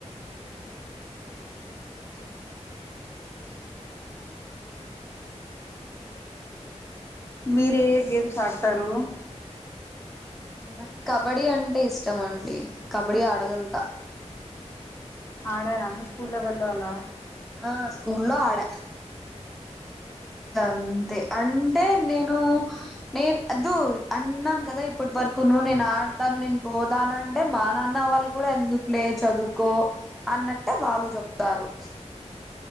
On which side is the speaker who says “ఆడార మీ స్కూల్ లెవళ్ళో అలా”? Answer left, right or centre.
Left